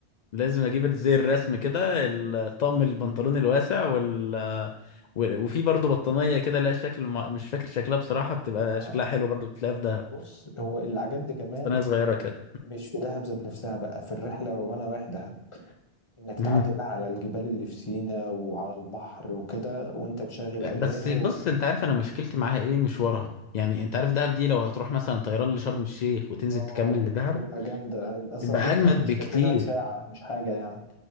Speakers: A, on the left; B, on the left.
A: لازم اجيب زي الرسم كده الطقم البنطلون الواسع وال آه، و- وفي برضه بطانيه كده لها شكل مع- مش فاكر شكلها بصراحه بتبقى
B: آه.
A: شكلها حلو برضه بتلاقيها في دهب
B: بص هو اللي عجبني كمان
A: بطانيه صغيره كده
B: مش في دهب ذات نفسها بقى في الرحلة وأنا رايح دهب إنك
A: مم.
B: تعدي بقى على الجبال اللي في سينا وعلى البحر وكده وأنت مشغل أغاني
A: بس بص
B: و...
A: انت عارف انا مشكلتي معاها ايه مشوارها يعني انت عارف دهب دي لو هتروح مثلا طيران لشرم الشيخ وتنزل
B: آه
A: تكمل لدهب
B: تبقى جامدة أصلا
A: تبقى
B: بين
A: اجمد
B: شرم الشيخ
A: بكتير
B: ودهب ساعة مش حاجة يعني